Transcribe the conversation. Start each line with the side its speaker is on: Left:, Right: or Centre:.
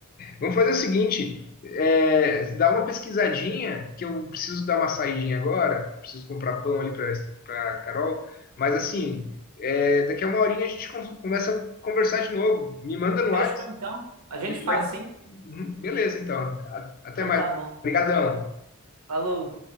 Left: Vamos fazer o seguinte, é, dá uma pesquisadinha, que eu preciso dar uma saidinha agora, preciso comprar pão ali para para Carol, mas assim, é, daqui a uma horinha a gente com- começa a conversar de novo. Me manda no WhatsApp,
Right: Fechou, então. A gente
Left: a gente
Right: faz
Left: vai-
Right: assim.
Left: Uhum, Beleza, então. A- Até
Right: Então
Left: mais.
Right: tá bom.
Left: Obrigadão.
Right: Falou.